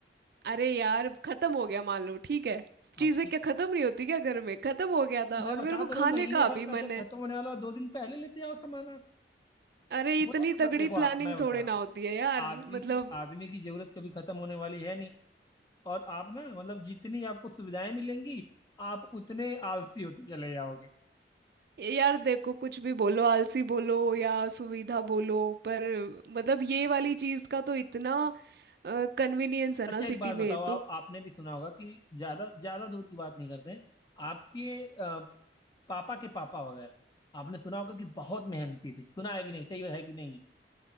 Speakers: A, on the right; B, on the left.
A: अरे यार खत्म हो गया मान लो ठीक है
B: हाँ
A: चीजें
B: ठीक
A: क्या खत्म नहीं होती क्या घर में खत्म हो गया
B: तो
A: था
B: मैं
A: और
B: बता
A: मेरे को
B: तो रहा
A: खाने
B: हूँ महीने
A: का
B: भर
A: अभी
B: का जब
A: मन है
B: खत्म होने वाला हो दो दिन पहले लेते आओ सामान आप
A: अरे
B: वो
A: इतनी
B: ना मतलब
A: तगड़ी
B: देखो आप
A: प्लानिंग
B: मैं बता
A: थोड़े
B: रहा
A: ना
B: हूँ
A: होती है यार
B: आदमी
A: मतलब
B: की आदमी की जरूरत कभी खत्म होने वाली है नहीं और आप ना मतलब जितनी आपको सुविधाएं मिलेंगी आप उतने आलसी होते चले जाओगे
A: यार देखो कुछ भी बोलो आलसी बोलो या सुविधा बोलो पर मतलब ये वाली चीज का तो इतना कन्वीनियंस है
B: अच्छा
A: ना
B: एक
A: सिटी
B: बात बताओ
A: में तो
B: आप आपने भी सुना होगा कि ज्यादा ज्यादा दूर की बात नहीं करते हैं आपके अ, पापा के पापा वगैरह आपने सुना होगा कि बहुत मेहनती थे सुना है कि नहीं सही है कि नहीं